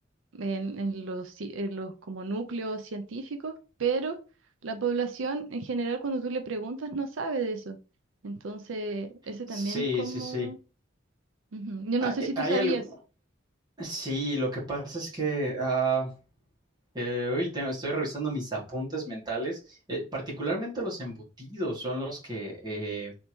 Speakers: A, on the right; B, on the right.
A: en, en los, ci- en los como núcleos científicos, pero la población en general cuando tú le preguntas no sabe de eso. Entonces, ese
B: Sí,
A: también es como...
B: sí, sí.
A: Ujú. Yo
B: Hay,
A: no sé si tú
B: hay
A: sabías.
B: algo. Sí, lo que pasa es que ah, Eh, uy, tengo- estoy revisando mis apuntes mentales. Eh, particularmente los embutidos son los que, eh,